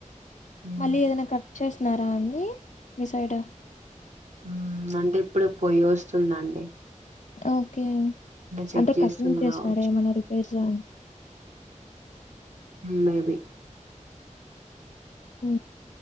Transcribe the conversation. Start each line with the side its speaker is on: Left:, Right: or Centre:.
Right: మ్మ్
Left: మళ్ళీ ఏదైనా కట్ చేసిన్నారా అండి మీ సైడ్
Right: ఊ అంటే ఇప్పుడు పొయస్తుందండి
Left: ఓకే
Right: చెక్
Left: అంటే
Right: చేస్తున్నారు
Left: కటింగ్ చేస్తునారా
Right: కావచ్చు
Left: ఏమైనా రిపేర్స్ లా అని
Right: మేబి
Left: ఊ